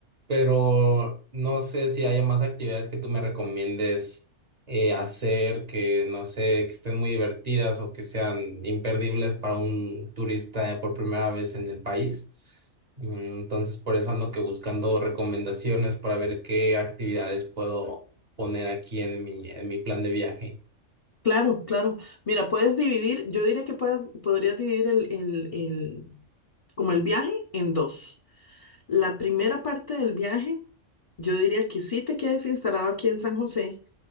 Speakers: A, on the right; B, on the left.
A: pero no sé si haya más actividades que tú me recomiendes eh, hacer que no sé, que estén muy divertidas o que sean imperdibles para un turista eh, por primera vez en el país. Mm, Entonces por eso ando que buscando recomendaciones para ver qué actividades puedo poner aquí en mi en mi plan de viaje.
B: Claro, claro. Mira, puedes dividir, yo diría que puedas- podrías dividir el, el, el, como el viaje en dos. La primera parte del viaje, yo diría que sí te quedes instalado aquí en San José